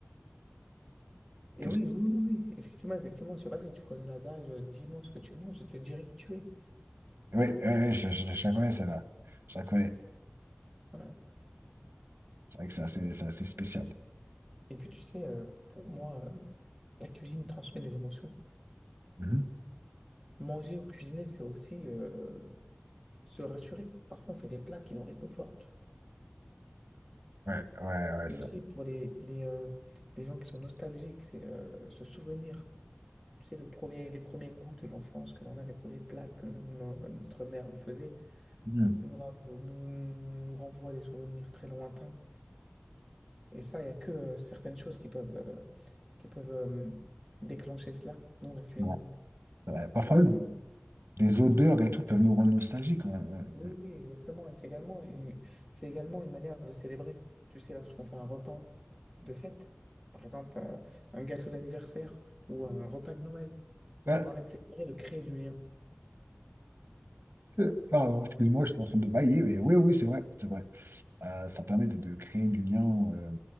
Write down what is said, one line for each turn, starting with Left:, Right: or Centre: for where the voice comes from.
Centre: Et
Right: Qu'est-ce
Centre: oui,
Right: que-
Centre: oui, oui, oui, effectivement, effectivement. Je sais pas si tu connais l'adage, euh, dis-moi ce que tu manges, je te dirai qui tu es.
Right: Oui, oui, oui, je, la je la- je la connais, celle-là. Je la connais.
Centre: Voilà.
Right: C'est vrai que c'est assez, c'est assez spécial.
Centre: Et puis tu sais, euh, pour moi, euh, la cuisine transmet des émotions.
Right: Mhm.
Centre: Manger ou cuisiner, c'est aussi euh, se rassurer. Parfois, on fait des plats qui nous réconfortent.
Right: Ouais, ouais, ouais,
Centre: Et
Right: ça.
Centre: aussi pour les, les, euh, les gens qui sont nostalgiques, c'est euh, se souvenir. Tu sais, le premier, les premiers goûts de l'enfance que l'on a, les premiers plats que no- no- notre mère nous faisait,
Right: Mhm.
Centre: nous, rav- nous, nous renvoient des souvenirs très lointains. Et ça, il n'y a que euh, certaines choses qui peuvent. euh, qui peuvent euh, déclencher cela dans la cuisine.
Right: Bon. Ouais, Parfois,
Centre: C'est quand
Right: même,
Centre: même,
Right: des odeurs et tout peuvent nous rendre nostalgiques. On- on-
Centre: oui,
Right: on-
Centre: oui, exactement. Et c'est également, une- c'est également une manière de célébrer. Tu sais, lorsqu'on fait un repas de fête, par exemple, euh, un gâteau d'anniversaire ou un repas de Noël, ça
Right: Ouais,
Centre: permet de célébrer, de créer du lien.
Right: Euh, Pardon, excuse-moi, je suis en train de bailler, mais oui, oui, c'est vrai, c'est vrai. Euh, ça permet de, de créer du lien, euh,